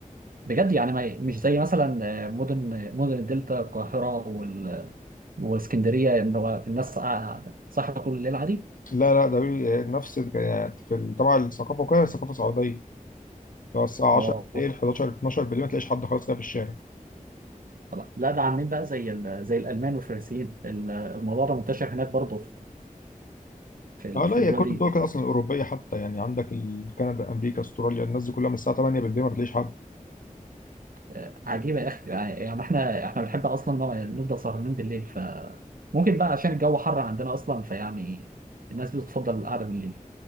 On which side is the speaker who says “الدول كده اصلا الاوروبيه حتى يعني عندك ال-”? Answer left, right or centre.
Left